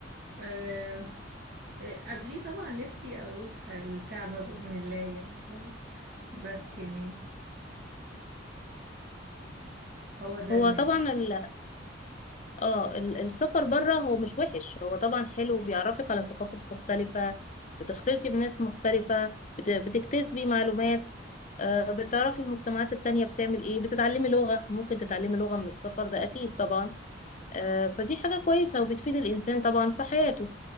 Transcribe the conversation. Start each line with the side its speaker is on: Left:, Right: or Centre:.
Right: آه، آه، قبليه طبعا نفسي أروح الكعبة بإذن الله يعني فاهم بس يعني هو ده
Left: هو
Right: المكان
Left: طبعا ال... اه ال- السفر بره هو مش وحش هو طبعا حلو بيعرفك على ثقافات مختلفة بتختلطي بناس مختلفة بت... بتكتسبي معلومات آه، بتعرفي المجتمعات التانية بتعمل ايه بتتعلمي لغة ممكن تتعلمي لغة من السفر ده اكيد طبعا آه، فدي حاجة كويسة وبتفيد الانسان طبعا في حياته